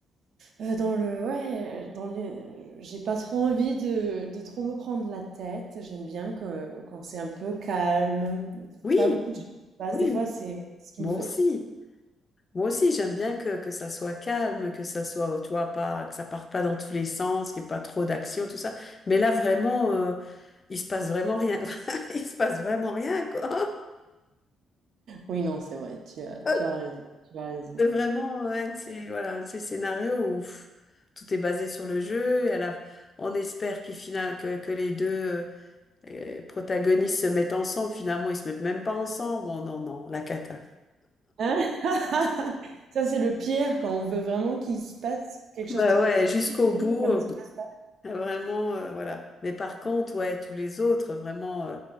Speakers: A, on the right (about 65°); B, on the left (about 35°).
A: euh, dans le, ouais, dans les, j'ai pas trop envie de, de trop me prendre la tête. J'aime bien que, quand c'est un peu calme,
B: oui,
A: pas beaucoup de choses qui se passent.
B: oui,
A: Des fois, c'est ce qu'il
B: moi
A: me faut.
B: aussi. Moi aussi, j'aime bien que, que ça soit calme, que ça soit, tu vois, pas, que ça parte pas dans tous les sens, qu'il n'y ait pas trop d'action, tout ça. Mais là, vraiment, euh, il se passe vraiment rien. <laughs> Il se passe vraiment rien, quoi.
A: Oui, non, c'est vrai, tu as,
B: <laughs>
A: tu as raison, tu as raison.
B: C'est vraiment un de ces, voilà, un de ces scénarios où pff, tout est basé sur le jeu et à la, on espère qu'il final, que, que les deux euh, euh, protagonistes se mettent ensemble. Finalement, ils se mettent même pas ensemble. Bon, non, non, la cata.
A: Hein <laughs> Ça, c'est le pire quand on veut vraiment qu'il se passe quelque
B: Bah
A: chose de positif,
B: ouais, jusqu'au bout,
A: ça
B: euh,
A: ne se passe pas.
B: vraiment, euh, voilà. Mais par contre, ouais, tous les autres, vraiment euh,